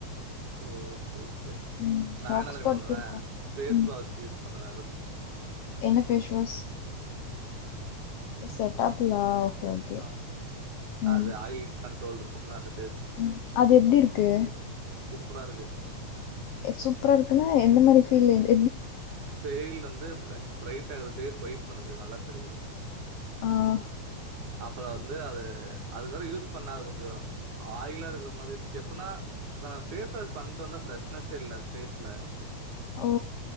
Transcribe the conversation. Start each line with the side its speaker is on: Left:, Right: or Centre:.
Right: ஓ செரி ச த
Left: ம்
Right: நா
Left: டாக்
Right: என்ன தெரிமா
Left: ஸ்பாட்ஸ்
Right: பண்ணுவ
Left: இருக்கு
Right: ஃபேஸ்
Left: ம்
Right: வாஷ் யூஸ் பண்ணு <unintelligible>
Left: என்ன ஃபேஸ் வாஷ் செடடாபில்லா ஓகே ஓகே
Right: ஆ
Left: ம்
Right: அது ஆயுள் கண்ட்ரோல் இருக்கும்ல அது
Left: ம் அது எப்டி இருக்கு
Right: புறா இருக்கு
Left: சூப்பரா இருக்குன்னா எந்த மாதிரி ஃபீல்ல இருந்து
Right: ஃபெயில் வந் து பிரை பிரைட் ஆகுது பேஸ் ஒயிட் பண்ணுது நல்லா தெரியுது
Left: ம்
Right: அப்புறோ வந்து அது அதுக்கப்புறோ யூஸ் பண்ணா அது கொஞ்சோ ஆயிலா இருக்குற மாதிரி இருஞ்சு எப்பனா இப்ப நா பேஸ் வாஷ் பண்ணிட்டு வந்தா ஃப்ரெஷ்னஸ்யே இல்ல பேஸ்ல
Left: ஓ